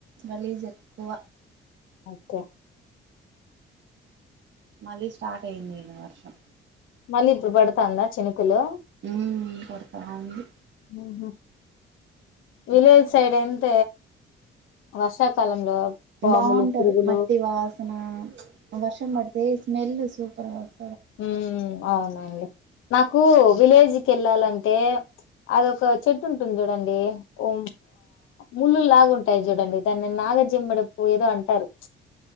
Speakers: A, on the right; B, on the left.
A: గలీజ్ ఎక్కువ
B: ఓకే
A: మళ్ళీ స్టార్ట్ అయింది ఇలా వర్షం
B: మళ్ళీ ఇప్పుడు పడతాంద చినుకులు
A: ఉం పడతావుంది
B: ఆహా విలేజ్ సైడ్ ఎంత వర్షాకాలంలో
A: బాగుంటది
B: పురుగులు
A: మట్టి వాసన వర్షం పడితే స్మెల్ సూప్ తర్వాస్
B: ఉం అవునండి నాకు విలేజ్కి వెళ్ళాలంటే అదొ ఒక చెట్టు ఉంటుంది చూడండి ఓ ముళ్ళు లాగా ఉంటాయి చూడండి దాన్ని నాగజిమ్మడి పూ ఏదో అంటారు